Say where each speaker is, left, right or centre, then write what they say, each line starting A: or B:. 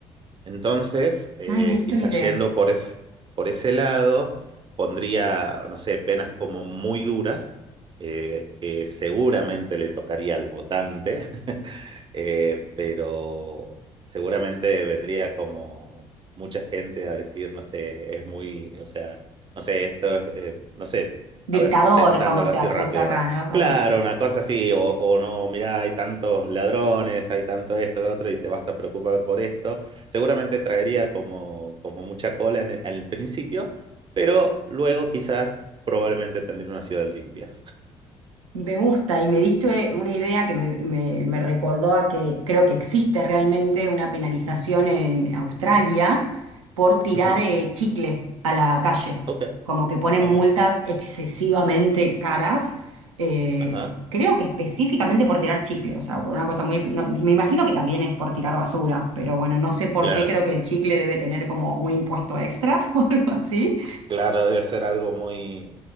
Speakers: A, on the right; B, on the right.
A: Entonces, eh,
B: Ay, me diste
A: quizás
B: una idea.
A: yendo por, es- por ese lado, pondría, no sé, penas como muy duras, eh, que seguramente le tocaría al votante, <laughs> eh, pero seguramente vendría como mucha gente a decir, no sé, es muy, o sea, no sé, esto es, eh, no sé,
B: Dictador,
A: a ver, pensándolo
B: como se
A: así
B: acusa
A: rápido,
B: acá,
A: ¿no?
B: ¿no? Como
A: Claro, una cosa así, o, o no, mirá, hay tantos ladrones, hay tanto esto, lo otro, y te vas a preocupar por esto. Seguramente traería como, como mucha cola en el, al principio, pero luego quizás probablemente tendría una ciudad limpia.
B: Me gusta y me diste una idea que me, me- me recordó a que creo que existe realmente una penalización en Australia por tirar
A: Ujú,
B: eh, chicle a la calle,
A: Ok,
B: como que ponen
A: oh,
B: multas
A: mira,
B: excesivamente caras, eh,
A: ajá.
B: creo que específicamente por tirar chicle, o sea, por una cosa muy... espe- no, me imagino que también es por tirar basura, pero bueno, no sé por
A: Claro,
B: qué creo que el chicle debe tener como un impuesto extra <laughs> o algo así.
A: Claro, debe ser algo muy,